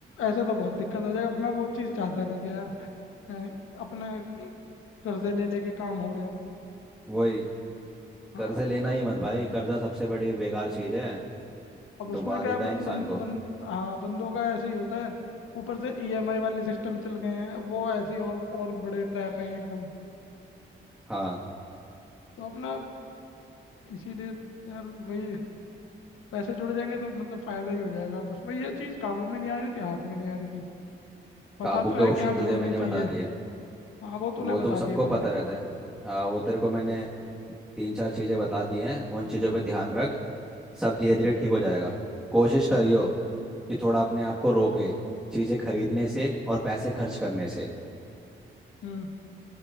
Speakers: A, on the left; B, in the centre.
A: ऐसे तो बहुत दिक्कत आ जाएगा अब मैं वो चीज़ चाहता नहीं कि यार अ, अपने अ, कर्जे ले लेके काम हो रहे हैं
B: वही
A: हाँ
B: कर्जे लेना
A: तो वो-
B: ही मत भाई कर्जा सबसे बड़ी बेकार चीज़ है
A: अब उसमें
B: डुबा
A: क्या
B: देता
A: है, बं,
B: है इंसान
A: बं,
B: को
A: बं, हाँ बंदों का ऐसे ही होता है ऊपर से ईएमआई वाले सिस्टम चल गए हैं वो ऐसे ही और और बड़े ट्रैप हैं एकदम
B: हाँ
A: तो अपना इसीलिए तो यार वही पैसे जुड़ जाएंगे तो मतलब फायदा ही हो जाएगा बस वही ये चीज़ काबू में नहीं आ रही थी हाथ में नहीं आ रही थी पता
B: काबू
A: तो
B: के
A: है
B: ऑप्शन
A: कि हाँ
B: तुझे
A: जोड़नी
B: मैंने
A: चाहिए
B: बता दिए
A: हाँ वो तूने
B: वो तो
A: बता
B: सबको
A: दिया मुझे
B: पता रहता है हाँ वो तेरे को मैंने तीन चार चीज़ें बता दी हैं उन चीज़ों पे ध्यान रख सब धीरे
A: हम्म
B: धीरे ठीक हो जाएगा कोशिश करियो कि थोड़ा अपने आप को रोके चीज़ें खरीदने से और पैसे खर्च करने से
A: हम्म